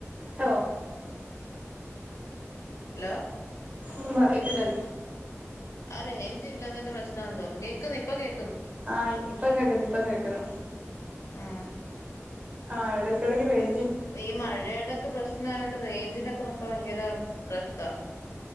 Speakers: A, on the right; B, on the left.
A: ലോ
B: ഹലോ
A: ഒന്നും പറയത്തില്ലല്.
B: ആറേഞ്ച് ഇല്ലാതേന്റെ പ്രശ്നാ തോന്നു കേക്ക്‌ന്ന് ഇപ്പ കേ
A: ആ ഇ ഇപ്പ കേക്ക്‌ന്ന് ഇപ്പം കേക്ക്‌ന്ന്
B: ഉം
A: ആഹ് എടക്കെടയ്ക്ക് രേൻ
B: ഈ മഴേടെക്കെ പ്രശ്നായോണ്ട് റേഞ്ചിനൊക്കെ പ്പ ഭയങ്കര പ്രശ്താ